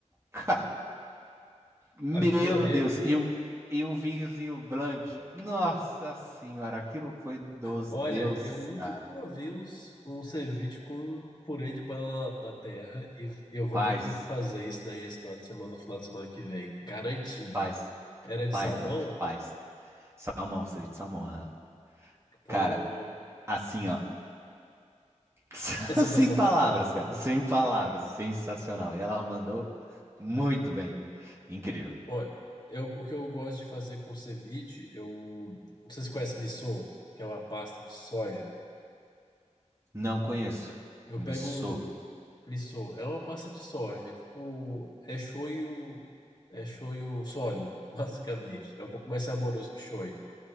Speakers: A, on the right (about 20°); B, on the left (about 35°).
A: Cara, meu
B: Aquilo ali
A: Deus! E, o- e um vinhozinho blanc. Nossa Senhora, aquilo foi dos
B: Olha,
A: deuses,
B: eu nunca
A: cara.
B: provei uns- um ceviche com purê de banana da terra e eu vou
A: Faz,
B: ter que fazer isso daí esse final de semana, no final de semana que vem. Garantido.
A: faz,
B: Era de
A: faz,
B: salmão?
A: mano, faz. Salmão, ceviche de salmão, aham.
B: Pô,
A: Cara, assim, ó. <laughs>
B: é sensacional.
A: Sem palavras, cara. Sem palavras. Sensacional. E ela mandou muito bem. Incrível.
B: Olha, eu, o que eu gosto de fazer com ceviche, eu... Não sei se você conhece missô, que é uma pasta de soja.
A: Não conheço.
B: Eu
A: Missô.
B: pego um missô, é uma pasta de soja, é tipo... É shoyu, é shoyu sólido, <laughs> basicamente. É um pouco mais saboroso que shoyu.